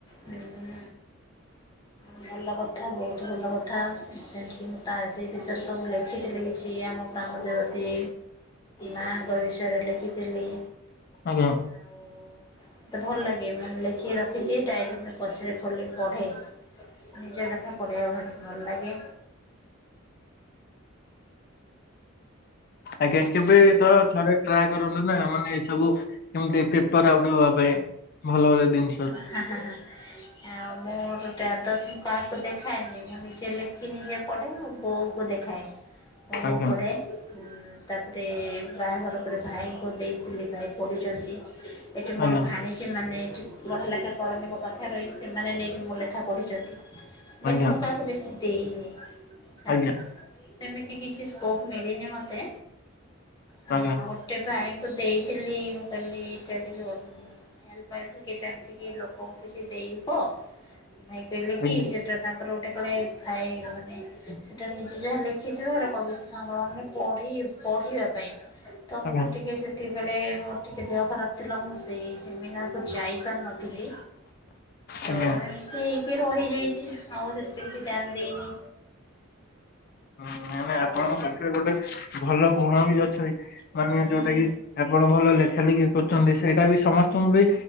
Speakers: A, on the left; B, on the left.
A: ହୁଁ। ଭଲ କଥା ବହୁତ ଭଲ କଥା ସେମିତି ମୁଁ ତା ସେଇ ବିଷୟରେ ସବୁ ଲେଖିଥିଲି କିଛି ଆମ ଗ୍ରାମ ଦେବତୀ ମାଙ୍କ ବିଷୟରେ ଲେଖିଥିଲି।
B: ଆଜ୍ଞା।
A: ଆଉ ମତେ ଭଲ ଲାଗେ ମାନେ ଲେଖିକ ରଖିଦିଏ ଡାଏରୀ ପୁଣି ପଛରେ ଖୋଲି ପଢେ। ନିଜ ଲେଖା ପଢିବା ଭାରି ଭଲ ଲାଗେ।
B: ଆଜ୍ଞା କେବେ ତ ଥରେ ଟ୍ରାଏ କରନ୍ତୁ ନା ମାନେ ଏ ସବୁ କେମିତି ପେପର ଆଉଟ୍ ହବା ପାଇଁ ଭଲ ଭଲ ଜିନ
A: ହାଁ ହାଁ ହାଁ। ଆଉ ମୋର ଗୋଟେ ଆଦତ ମୁଁ କାହାକୁ ଦେଖାଏନି ମୁଁ ନିଜେ ଲେଖି ନିଜେ ପଢେ ମୋ ବୋଉ କୁ ଦେ ଖାଏ ମୋ ବୋଉ
B: ଆଜ୍ଞା
A: ପଡ଼େ। ଉଁ ତାପରେ ବାହାଘର ପରେ ଭାଇଙ୍କୁ ଦେଇଥିଲି ଭାଇ ପଢ଼ିଛନ୍ତି। ଏଠି ମୋର
B: ଆଜ୍ଞା
A: ଭାଣିଜୀମାନେ ଏଠି ପୂହ ଲେଖା କରନ୍ତି ମୋ ପାଖରେ ରହିକି ସେମାନେ ନେଇକି ମୋ ଲେଖା ପଢ଼ିଛନ୍ତି ବାକି
B: ଆଜ୍ଞା
A: ମୁଁ କାହା କୁ ବେଶୀ ଦେଇନି କା
B: ଆଜ୍ଞା
A: ସେମିତି କିଛି ସ୍କୋପ ମିଳିନି ମତେ ଆ
B: ଆଜ୍ଞା
A: ଗୋଟେ ଭାଇଙ୍କୁ ଦେଇଥିଲି ମୁ କହିଲି କିଛି ହେଲ୍ପ ପାଇଥିଲି ଏଟା ଏମିତି ଲୋକଙ୍କୁ କିଛି ଦେଇ ହବ ଭାଇ କହିଲେ କି
B: ଆଜ୍ଞା।
A: ସେ ସେଟା ତାଙ୍କର ଗୋଟେ କଳେ ଥାଏ ମାନେ ସେଇଟା ନିଜେ ଯାହା ଲେଖିଥିବ ଗୋଟେ କବିତା ସଂଗଳନରେ ପଢ଼େଇ ପଢିବା ପାଇଁ ତ
B: ଆଜ୍ଞା
A: ମୁଁ ଟିକେ ସେତବେଳେ ମୋର ଟିକେ ଦେହ ଖରାପ ଥିଲା ମୁଁ ସେଇ ସେମିନାର କୁ ଯାଇ ପରିନଥିଲି ତ
B: ଆଜ୍ଞା
A: ଠିକି ରହିଯାଇଛି ଆଉ ସେଥିରେ କିଛି ଧ୍ୟାନ ଦେଇନି।
B: ହୁଁ ନାଇ ନାଇଁ ଆପଣଙ୍କ
A: ଆଉ
B: ପାଖରେ ଗୋଟେ ଭଲ ଗୁଣ ବି ଅଛି। ମାନେ
A: ହୁଁ
B: ଯୋଉଟା କି ଆପଣ ଭଲ ଲେଖା ଲେଖି କରୁଛନ୍ତି ସେଇଟା ବି ସମସ୍ତଙ୍କୁ ବି